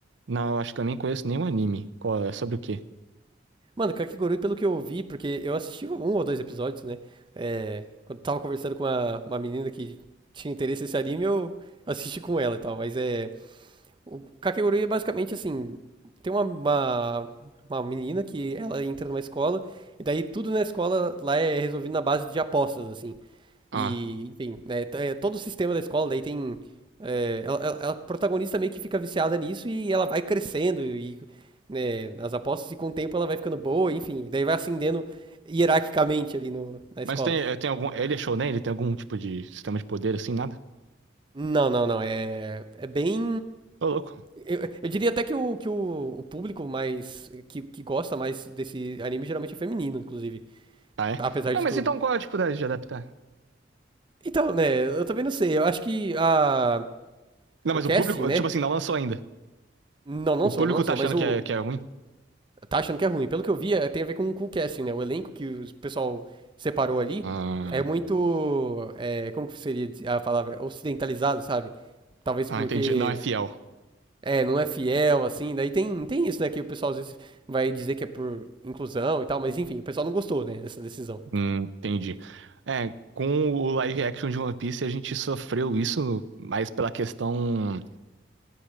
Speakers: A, on the right; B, on the right.
A: Não, eu acho que eu nem conheço nenhum anime. Qual é? Sobre o quê?
B: Mano, Kakegurui, pelo que eu vi, porque eu assisti um ou dois episódios, né? É, quando eu tava conversando com uma, uma menina que tinha interesse nesse anime, eu assisti com ela e tal. Mas é. O Kakegurui é basicamente assim, tem uma, uma, uma menina que ela entra numa escola, e daí tudo na escola lá é resolvido na base de apostas, assim.
A: Ah,
B: E, enfim, né, t- é todo o sistema da escola, daí tem. é, ela, ela- ela- a protagonista meio que fica viciada nisso e ela vai crescendo e né, nas apostas, e com o tempo ela vai ficando boa, enfim, daí vai ascendendo hierarquicamente ali no, na escola.
A: mas tem, eh, tem algum... Ele é shonen? Ele tem algum tipo de sistema de poder assim? Nada?
B: Não, não, não. É, é bem.
A: Ô, louco.
B: Eu, eu diria até que o, que o, o público mais. Que, que gosta mais desse anime geralmente é feminino, inclusive.
A: Ah, é?
B: Apesar
A: Não,
B: de
A: mas
B: tudo.
A: então qual é a dificuldade de adaptar?
B: Então, né, eu também não sei. Eu acho que a,
A: Não,
B: o
A: mas
B: casting,
A: o público,
B: né?
A: tipo assim, não lançou ainda.
B: Não, não
A: O
B: sou,
A: público
B: não sou,
A: tá achando
B: mas o.
A: que é, que é ruim?
B: Tá achando que é ruim. Pelo que eu vi, é- tem a ver com, com o casting, né? O elenco que o pessoal separou ali
A: Ah,
B: é muito. é, como que seria a palavra? Ocidentalizado, sabe? Talvez
A: ah,
B: porque
A: entendi. Não é fiel.
B: É, não é fiel, assim. Daí tem, tem isso, né? Que o pessoal às vezes vai dizer que é por inclusão e tal, mas enfim, o pessoal não gostou, né, dessa decisão.
A: Hum, entendi. É, com o live action de One Piece a gente sofreu isso mais pela questão,